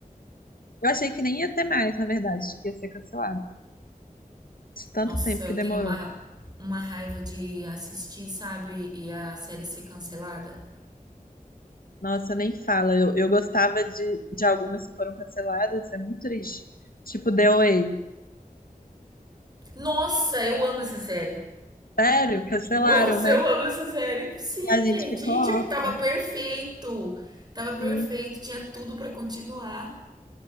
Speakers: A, on the left; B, on the right.
A: Eu achei que nem ia ter mais, na verdade, que ia ser cancelado. De Tanto
B: Nossa,
A: tempo
B: eu
A: que demorou.
B: tenho uma, uma raiva de assistir, sabe? E a série ser cancelada.
A: Nossa, nem fala. Eu, eu gostava de, de algumas que foram canceladas, é muito triste. Tipo The Way.
B: Nossa, eu amo essa série.
A: Sério, cancelaram,
B: Nossa,
A: né?
B: eu amo essa série. Sim,
A: E a gente
B: gente.
A: ficou
B: E
A: órfão.
B: tipo, tava perfeito. Tava perfeito,
A: Sim,
B: tinha tudo pra continuar.